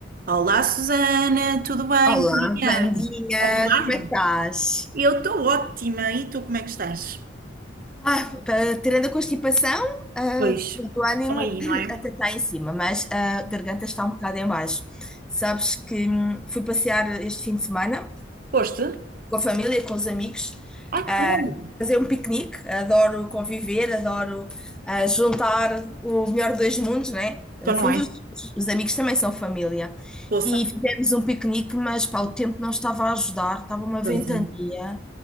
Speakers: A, on the right; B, in the centre.
A: Olá, Susana, tudo bem?
B: Olá,
A: Bom dia.
B: Vandinha,
A: Ou boa tarde.
B: como é que estás?
A: Eu estou ótima. E tu, como é que estás?
B: Ah, pa- tirando a constipação, ah,
A: Pois,
B: o teu ânimo
A: estão aí, não
B: <clears throat>
A: é?
B: até está em cima, mas a garganta está um bocado em baixo. Sabes que hum, fui passear este fim de semana
A: Foste?
B: com a família, com os amigos,
A: Ai, que
B: ah,
A: bom.
B: fazer um piquenique. Adoro conviver, adoro ah, juntar o melhor dos mundos, né?
A: Então
B: No
A: não
B: fundo,
A: é?
B: os, os amigos também são família.
A: Poça.
B: E fizemos um piquenique, mas pá, o tempo não estava a ajudar, estava uma
A: Pois
B: ventania.
A: é.